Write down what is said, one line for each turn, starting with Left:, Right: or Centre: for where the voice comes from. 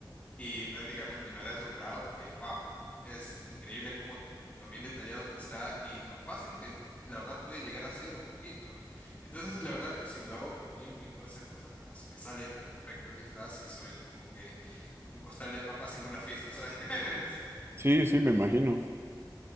Left: y prácticamente me ha deslumbrado porque, wow, es increíble cómo lo bien detallado que está y lo fácil que la verdad puede llegar a ser un poquito. Entonces, la verdad es que si lo hago con tiempo y todas esas cosas, quizás me sale perfecto el disfraz y soy como que un costal de papas en una fiesta, ¿sabes? <laughs>
Right: Sí, sí, me imagino.